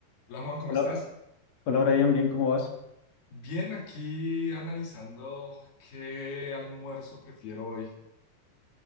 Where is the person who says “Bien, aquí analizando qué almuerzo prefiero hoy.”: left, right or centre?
Left